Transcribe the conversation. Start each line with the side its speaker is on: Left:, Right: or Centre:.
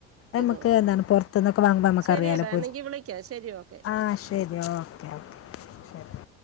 Left: നമുക്ക്
Right: നോക്കാം
Left: എന്താണ് പുറത്തന്നൊക്കെ വാങ്ങുമ്പോ നമ്മുക്ക്റിയാലോ
Right: ശരിയെടാ
Left: പൊരി
Right: എന്നെങ്കി വിളിക്കാം ശരി ഓക്കെ
Left: ആ ശരി ഓക്കെ ഓക്കെ ശരി